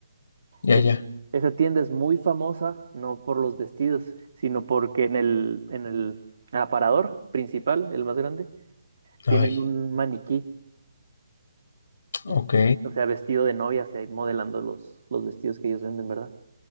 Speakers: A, on the left; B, on the right.
A: ya,
B: Es-
A: ya.
B: esa tienda es muy famosa, no por los vestidos, sino porque en el, en el aparador principal, el más grande, tienen
A: Ay,
B: un maniquí, en-
A: ok.
B: o sea, vestido de novia, o sea, modelando los, los vestidos que ellos venden, ¿verdad?